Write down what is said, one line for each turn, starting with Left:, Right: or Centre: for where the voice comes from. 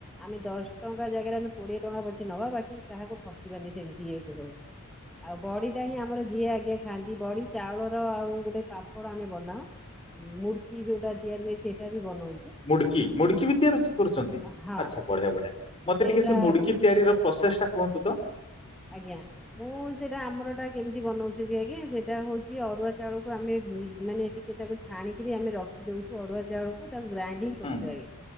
Centre: ଆମେ ଦଶ ଟଙ୍କା ଜାଗାରେ ଆମେ କୋଡିଏ ଟଙ୍କା ପଛେ ନବା। ବାକି କାହାକୁ ଠକିବାନି ସେମିତି ଇଏ ଘରୁ ଆଉ, ବଡି କାହିଁ ଆମର ଯିଏ ଆଜ୍ଞା ଖାଆନ୍ତି ବଡି, ଚାଉଳର ଆଉ ଗୋଟେ ପାମ୍ପଡ଼ ଆମେ ବନାଉ। ମୁଡ଼୍କି ଯୋଉଟା ତିଆରି ହୁଏ, ସେଟା ବି ବନଉ।
Left: ମୁଡ୍କି! ମୁଡ୍କି ବି ତିଆରି କରୁଚନ୍ତି।
Centre: ହଁ।
Left: ଆଚ୍ଛା, ବଢିଆ! ବଢିଆ! ମତେ
Centre: ସେଇଟା
Left: ଟିକେ ସେ ମୁଡ୍କି
Centre: ବି
Left: ତିଆରି ର ପ୍ରୋସେସ୍ ଟା କୁହନ୍ତୁ ତ?
Centre: ଆଜ୍ଞା। ମୁଁ, ସେଇଟା ଆମର ଟା କେମିତି ବନଉଛିୁ କି ଆଜ୍ଞା, ସେଇଟା ହଉଛି ଅରୁଆ ଚାଉଳକୁ ଆମେ, ଭିଜ୍ ମାନେ ଟିକ୍ ଟିକେ ତାକୁ ଛାଣିକିରି ଆମେ ରଖି ଦେଉଛୁ, ଅରୁଆ ଚାଉ ମୁଁ, ତାକୁ ଗ୍ରାଇଣ୍ଡିଙ୍ଗ୍ କରୁଛୁ
Left: ହୁଁ
Centre: ଆଜ୍ଞା,